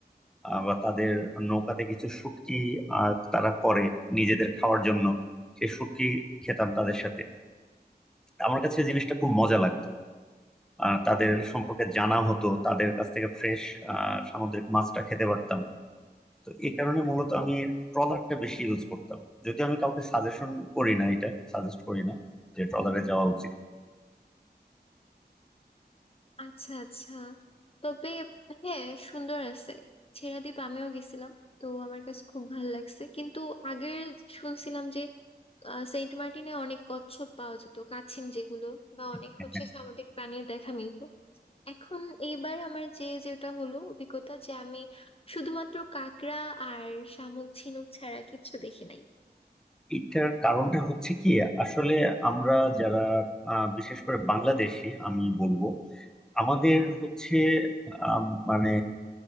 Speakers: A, in the centre; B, on the left.
A: আহ, বা তাদের নৌকাতে কিছু শুটকি আহ, তারা করে নিজেদের খাওয়ার জন্য সেই শুটকি খেতাম তাদের সাথে আমার কাছে জিনিসটা খুব মজা লাগতো আহ, তাদের সম্পর্কে জানা হতো তাদের কাছ থেকে ফ্রেশ সামুদ্রিক মাছটা খেতে পারতাম তো এই কারণে মূলত আমি ট্রলারটা বেশি ইউজ করতাম যদি আমি কাউকে সাজেশন করি না এটা সাজেস্ট করি না যে ট্রলারে যাওয়া উচিত
B: আচ্ছা আচ্ছা তবে হ্যাঁ সুন্দর আছে ছেড়া দ্বীপ আমিও গেছিলাম তো আমার কাছে খুব ভালো লাগছে কিন্তু আগে শুনছিলাম যে আহ, সেন্ট মার্টিনে অনেক কচ্ছপ পাওয়া যেত কাছিম যেগুলো বা অনেক
A: <laughs>
B: হচ্ছে
A: হ্যাঁ,
B: সামুদ্রিক প্রাণীর দেখা মিলতো এখন এইবার আমার যে যেটা হলো অভিজ্ঞতা যে আমি শুধুমাত্র কাঁকড়া আর শামুক ঝিনুক ছাড়া কিচ্ছু দেখি নাই
A: এটার কারণটা হচ্ছে কি আসলে আমরা যারা আহ, বিশেষ করে বাংলাদেশি আমি বলবো আমাদের হচ্ছে আম, মানে